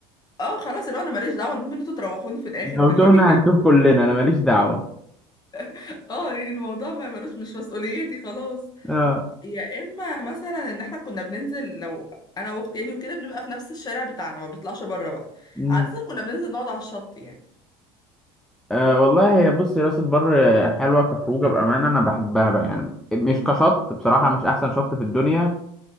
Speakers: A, on the left; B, in the centre.
A: اه خلاص اللي هو انا ماليش دعوه المهم ان انتوا تروحوني في الاخر
B: لو
A: بالليل
B: تهنا هنتوه كلنا انا ماليش دعوه
A: <laughs> اه يعني الموضوع ما ملوش مش مسؤوليتي خلاص
B: اه
A: يا اما مثلا ان احنا كنا بننزل لو انا واختي يعني وكده بنبقى في نفس الشارع بتاعنا ما بنطلعش بره بقى
B: مم.
A: عاده كنا بننزل نقعد على الشط يعني
B: أه والله هي بص هي راس البر آه، حلوه كخروجه بامانه انا بحبها بقى يعني مش كشط بصراحه مش احسن شط في الدنيا